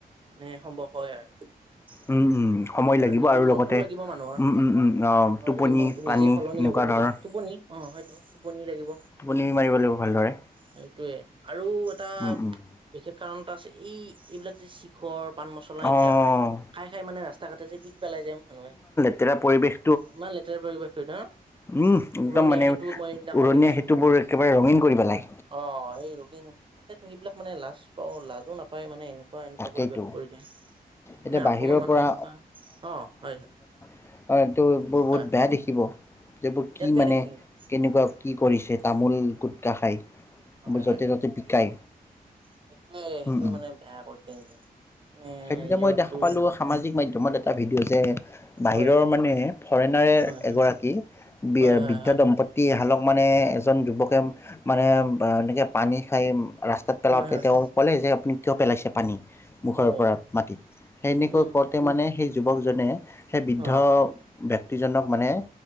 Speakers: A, on the right; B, on the left.
A: মানে সম্ভৱ হয় আৰু। সেইটো আৰু
B: উম, উম, সময় লাগিব
A: নিজৰ
B: আৰু
A: মনটোও
B: লগতে
A: লাগিব মানুহৰ।
B: উম, উম, উম, অ',
A: মানুহৰ
B: টোপনি
A: যদি মনটো
B: পানী
A: নিজে সলনি
B: এনেকুৱা
A: হ'ব খোজে,
B: ধৰণৰ
A: টোপনি অ' হয়টো টোপনি লাগিব।
B: টোপনি মাৰিব লাগিব ভালদৰে
A: সেইটোৱে আৰু এটা
B: উম, উম।
A: বিশেষ কাৰণ এটা আছে, এই এইবিলাক যে শিখৰ পান মচলা
B: অ',
A: এইবিলাক, খাই-খাই মানে ৰাস্তা ঘাটে যে পিক পেলাই যে মানুহে
B: তেতিয়া পৰিৱেশ
A: ইমান লেতেৰা পৰিবেশ হয় ন উৰণীয়া
B: উম, একদম মানে
A: সেতুত মই সেইদিনাখন
B: উৰণীয়া
A: দেখিছোঁ,
B: সেতুবোৰ একেবাৰে ৰঙীন কৰি পেলাই।
A: অ'হ সেই ৰকিং তাকেতো সেইবিলাক মানে লাজ পাওঁ, লাজো নাপায় মানে এনেকুৱা এনেকুৱা
B: তাকেইতো
A: পৰিৱেশ কৰিলে,
B: এতিয়া
A: মানে
B: বাহিৰৰ
A: অসমৰ মানুহ
B: পৰা
A: এনেকুৱা অ' হয়, হয়।
B: হয়, এইবোৰ বহুত
A: হয়
B: বেয়া দেখিব, এইবোৰ
A: বিৰাট
B: কি
A: বেয়া
B: মানে
A: দেখি কিন্তু
B: কেনেকুৱা কি কৰিছে তামোল, গুটকা খাই?
A: হয়,
B: য'তে
A: হয়, হয়,
B: ত'তে
A: সেইটোৱে,
B: পিকাই
A: সেইটোৱে, সেইটোৱে
B: উম, উম।
A: মানে বেয়া কৰিছে কিন্তু। মানে
B: সেইদিনা
A: নিজৰটো
B: মই দেখা পালোঁ সামাজিক মাধ্যমত এটা ভিডিঅ' যে বাহিৰৰ
A: হয়
B: মানে ফৰেনাৰে
A: হয় হয়
B: এগৰাকী বৃ
A: হয় হয়
B: বৃদ্ধ দম্পতী হালক মানে এজন যুৱকে মানে এনেকৈ পানী খাই ৰাস্তাত পেলাওঁতে
A: হয় হয় হয়
B: তেওঁ ক'লে যে, আপুনি কিয় পেলাইছে পানী মুখৰ
A: অ
B: পৰা মাটিত, সেনেকৈ
A: উম
B: কওঁতে
A: উম
B: মানে সেই যুৱকজনে সেই বৃদ্ধ
A: অ
B: ব্যক্তিজনক মানে